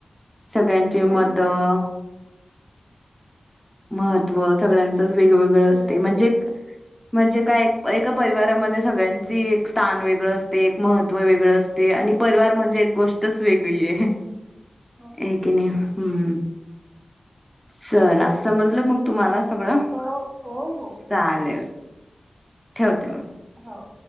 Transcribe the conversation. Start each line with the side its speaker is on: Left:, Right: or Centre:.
Centre: सगळ्यांचे
Right: हो
Centre: मतं
Right: ना
Centre: महत्त्व सगळ्यांच वेगवेगळं
Right: सगळ्याचे
Centre: असते म्हणजे, म्हणजे काय एका परिवारामध्ये सगळ्यांची एक स्थान वेगळं असते, एक महत्त्व वेगळं अस, ते, आणि परिवार म्हणजे एक गोष्टच वेगळी आय, ह,
Right: हो
Centre: हे की नाही? हम्, चला समजलं मग तुम्हाला सगळं?
Right: हो हो हो
Centre: चालेल! ठेवते मग.
Right: हो